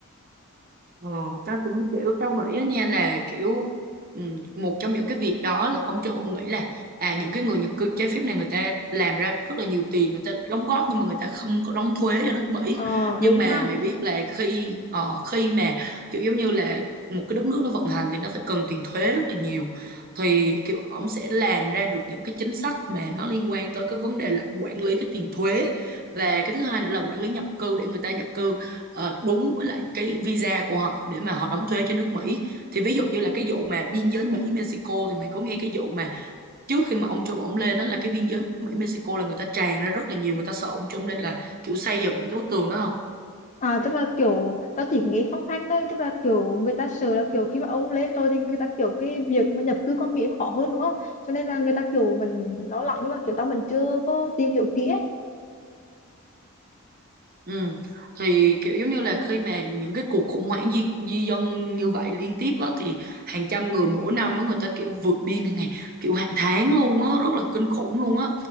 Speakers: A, on the right; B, on the left.
A: Ờ, tao cũng kiểu tao nghĩ á nha là kiểu ừm, một trong những cái việc đó ông Châu ông nghĩ là à những cái người nhập cư trái phép này người ta làm ra rất là nhiều tiền người ta đóng góp nhưng mà người ta không có đóng thuế cho nước Mỹ
B: Ờ
A: nhưng
B: đúng
A: mà
B: ha
A: mày biết là khi ờ, khi mà kiểu giống như là một cái đất nước nó vận hành thì nó phải cần tiền thuế rất là nhiều thì kiểu ông sẽ làm ra được những cái chính sách mà nó liên quan tới cái vấn đề là ổng quản lý cái tiền thuế và cái thứ hai nữa là quản lý nhập cư để người ta nhập cư ờ, đúng với lại cái visa của họ để mà họ đóng thuế cho nước Mỹ thì ví dụ như là cái vụ mà biên giới Mỹ Mexico thì mày có nghe cái vụ mà trước khi mà ông Trump ổng lên đó là cái biên giới Mỹ Mexico là người ta tràn ra rất là nhiều người ta sợ ông Trump lên là kiểu xây dựng lại cái bức tường đó không
B: À, tức là kiểu tao chỉ nghe phong phanh thôi tức là kiểu người ta sợ là kiểu khi mà ông lên rồi thì người ta kiểu cái việc mà nhập cư qua Mỹ khó hơn đúng không cho nên là người ta kiểu vẫn lo lắng nhưng mà kiểu tao vẫn chưa có tìm hiểu kỹ ấy
A: Ừ. Thì kiểu giống như là khi mà những cái cuộc khủng hoảng di, di dân như vậy liên tiếp á, thì hàng trăm người mỗi năm á, người ta kiểu vượt biên hàng ngày kiểu hàng tháng luôn á rất là kinh khủng luôn á